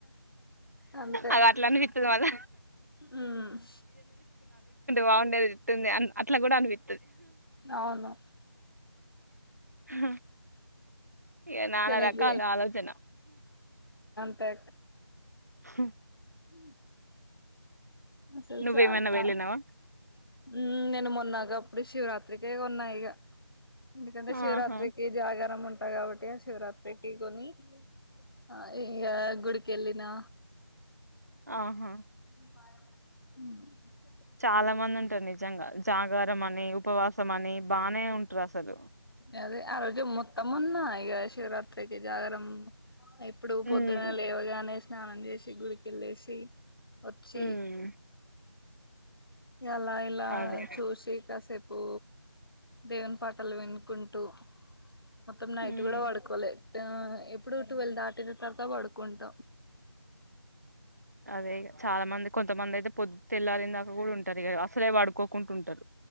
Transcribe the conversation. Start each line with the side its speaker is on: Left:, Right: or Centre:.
Left: అంతే
Right: అది అట్లా అనిపిత్తది మళ్ళ
Left: ఉమ్
Right: బాగుండేది ఇట్లుంది అ అట్లా కూడ అనిపి
Left: అవును
Right: హా ఇగ నా
Left: కనెక్రే
Right: నా <unintelligible> కాల్ చేసిండా ఆలోచన
Left: వెళ్తా
Right: హ
Left: <inaudible> అసలు
Right: నువ్వేమైనా
Left: చాలా
Right: వెళ్ళినావా
Left: ఊ నేను మొన్న శివరాత్రకే కొన్న ఇగ ఎందుకంటే శివరాత్రికి
Right: ఆహా
Left: జాగారం ఉం కాబట్టి శివరాత్రికిి కొని ఆ ఇగ గుడికి వెళ్ళినా
Right: ఆహా
Left: <inaudible>
Right: చాలా మంది నిజంగా జాగారం అని ఉపవాసం అని బానే ఉం డ్రాసలు
Left: అదే ఆ రోజు మొత్తమున్న ఇగా శివరాత్రికి జాగరం ఇప్పుడు
Right: హ్మ్.
Left: పొద్దున లేవగానే స్ స్నానంమ్జేసి గుడికెళ్ళేసి వచ్చి
Right: హ్మ్.
Left: ఎలా ఇలా
Right: అదే
Left: చూసి కాసేపూ దేవుని పాటలు వినుకుంటూ మొత్తం నైట్
Right: హ్మ్.
Left: గూడా పడ్కోలే డాఆ ఎప్పుడు టువెల్ దాటిన తర్వాత పడ్కుంటా
Right: అదే గా చాలా మంది కొంతమంధైతే పొద్ తెల్లారిన్దాకా గూడా ఉంటది గదా అసలే పడ్కోకుంటుంటారు